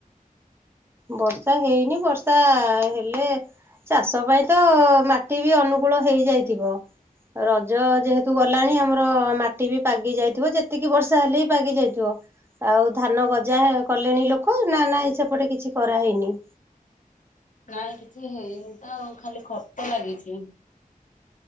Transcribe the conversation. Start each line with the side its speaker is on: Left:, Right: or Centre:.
Right: ବର୍ଷା ହେଇନି ବର୍ଷା ହେଲେ ଚାଷ ପାଇଁ ତ ମାଟି ବି ଅନୁକୂଳ ହେଇଯାଇଥିବ। ରଜ ଯେହେତୁ ଗଲାଣି ଆମର ମାଟି ବି ପାଗି ଯାଇଥିବ। ଯେତିକି ବର୍ଷା ହେଲେ ବି ପାଗି ଯାଇଥିବ। ଆଉ ଧାନ ଗଜା ହେ କଲେଣି ଲୋକ ନା ନାଇ ସେପଟେ କିଛି କରାହେଇନି?
Left: ନାଇଁ କିଛି ହେଇନି ତ ଖାଲି ଖତ ଲାଗିଚି।